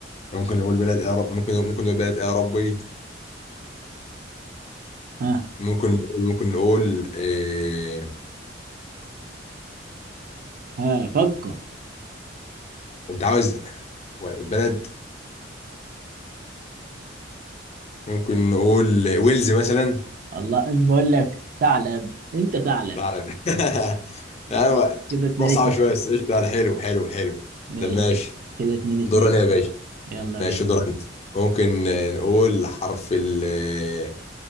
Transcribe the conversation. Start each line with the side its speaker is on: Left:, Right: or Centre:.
Left: ممكن نقول بلد اعراب ممكن ممكن نقول بلد اعرابي
Right: ها
Left: ممكن نقول ممكن نقول إيه...
Right: ها فكر
Left: انت عاوز بلد ممكن نقول ويلز مثلا
Right: الله ايش بقول لك ثعلب انت ثعلب
Left: لا لا <laughs>
Right: ماشي
Left: ايوه
Right: كده اتنين
Left: ده صعب
Right: اتنين
Left: شويه بس قشطة، يعني حلو حلو حلو
Right: ماشي
Left: ده ماشي
Right: كده اتنين
Left: دورنا
Right: اتنين
Left: يا باشا
Right: يلا
Left: ماشي
Right: بقى
Left: دورنا ممكن آه، نقول حرف ال آه،